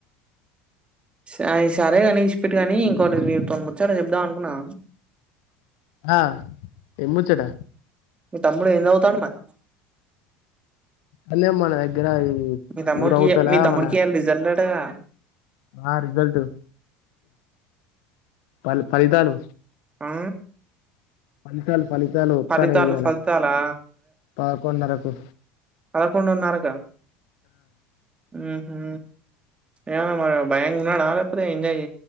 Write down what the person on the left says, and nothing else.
ఆ ఏం ముచ్చట?
అదే మన దగ్గర ఈ
ఊరవుతల
మన
ఆ రిజల్ట్ వాళ్లు ఫలితాలు
ఫలితాలు ఫలితాలు వస్తానేయాల
పాకున్నరకు